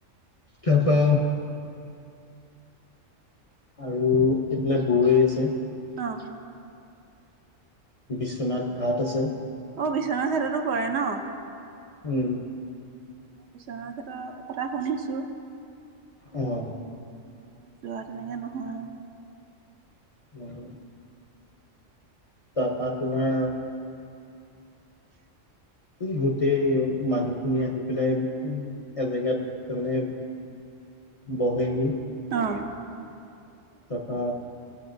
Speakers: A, on the left; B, on the right.
A: তাৰ পৰা আৰু এইবিলাক বৈ আছে।
B: অ।
A: বিশ্বনাথ ঘাট আছে।
B: অ, বিশ্বনাথ ঘাটতো কৰে ন?
A: উম।
B: বিশ্বনাথ ক্ষেত্ৰৰ কথা শুনিছোঁ।
A: আহ।
B: কিন্তু যোৱা তেনেকৈ নহয়।
A: উম, তাৰপৰা তোমাৰ
B: উ।
A: গোটেই মানুহখিনি আহি পেলাই উ এজেগাত তাৰমানে বহেহি।
B: অ।
A: তথা